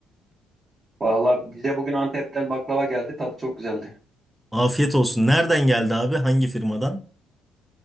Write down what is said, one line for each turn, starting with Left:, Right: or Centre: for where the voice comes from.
Right: Valla bize bugün Antep'ten baklava geldi. Tadı çok güzeldi.
Centre: Afiyet olsun. Nereden geldi abi? Hangi firmadan?